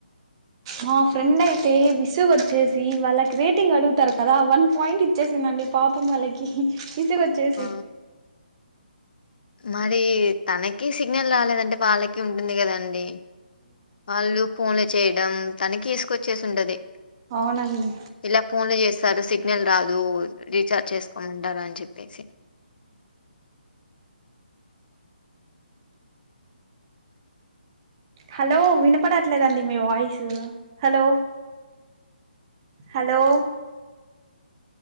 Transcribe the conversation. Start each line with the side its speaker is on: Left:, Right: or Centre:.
Right: మా ఫ్రెండ్ అయితే విసుగు వచ్చే వాళ్ళకి రేటింగ్ అడుగుతారు. కదా వన్ పాయింట్ ఇచ్చేసిందండి పాపం వాళ్ళకి సి కొచ్చేసి
Left: ఆ! మరి తనకి క సిగ్నల్ రాలేదంటే వాళ్ళకి ఉంటుంది కదా అండి. ఆళ్ళు ఫోన్ చేయడం తనకి విసుకొచ్చేసి ఉంటది
Right: అవునండి
Left: ఇలా ఫోన్లు చేస్ సరే సిగ్నల్ రాద్ రీచార్జ్ చేసుకోమంటారు అని చెప్పేసి
Right: హలో వినపడట్లేదండి మీ వాయిస్ హలో హలో